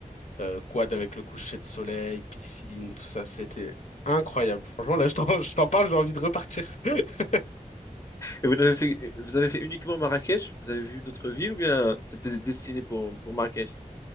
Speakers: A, on the left (about 60°); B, on the left (about 25°).
A: euh, quad avec le coucher de soleil, piscine, tout ça, c'était incroyable. Franchement, là, je t'en, <laughs> je t'en parle, j'ai envie de repartir. <laughs>
B: Et vous avez fait, vous avez fait uniquement Marrakech? Vous avez vu d'autres villes ou bien c'était destiné pour, pour Marrakech,